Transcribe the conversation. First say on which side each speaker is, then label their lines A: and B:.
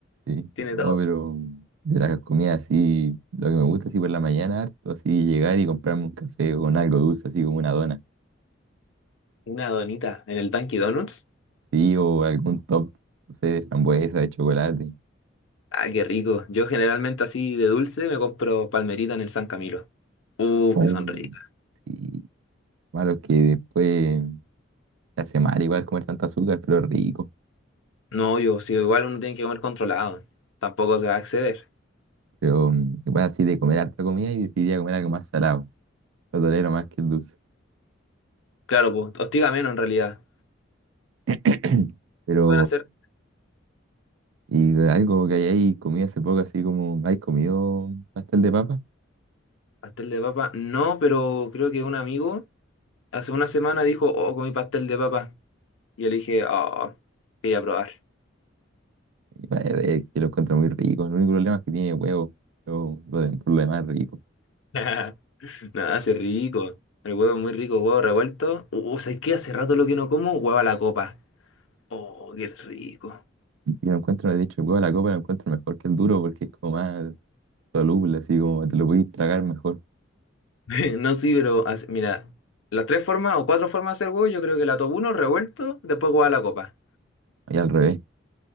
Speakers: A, on the right; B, on the left.
A: Sí,
B: tiene
A: oh,
B: todo.
A: pero de las comidas así, lo que me gusta así por la mañana, harto, así llegar y comprarme un café con algo dulce, así como una dona.
B: Una donita en el Dunkin' Donuts,
A: Sí, o algún top, no sé, de frambuesa, de chocolate.
B: ah, qué rico. Yo generalmente así de dulce me compro palmerita en el San Camilo. Uh,
A: Oh.
B: que son ricas.
A: Sí, malo es que después te hace mal igual comer tanta azúcar, pero rico.
B: No, yo, si igual uno tiene que comer controlado, tampoco se va a exceder.
A: pero mm, igual así de comer harta comida y decidiría comer algo más salado. Lo tolero más que el dulce.
B: Claro, pues, hostiga menos en realidad.
A: <clears throat> Pero,
B: ¿Te van a hacer?
A: y algo que hayáis comido hace poco, así como, ¿habéis comido pastel de papa?
B: Pastel de papa, no, pero creo que un amigo hace una semana dijo, oh, comí pastel de papa. Y yo le dije, oh, quería probar.
A: Eh, eh, que lo encuentro muy rico. El único problema es que tiene huevo. Pero lo de, por lo demás es rico.
B: <laughs> Nada, hace rico. El huevo es muy rico, huevo revuelto. Uh, ¿sabes qué? Hace rato lo que no como, huevo a la copa. Oh, qué rico. <laughs>
A: Y lo encuentro, me he dicho el huevo de la copa lo encuentro mejor que el duro porque es como más soluble, así como te lo podéis tragar mejor.
B: No, sí, pero hace- mira, las tres formas o cuatro formas de hacer huevo, yo creo que la top uno, revuelto, después huevo a la copa.
A: Y al revés,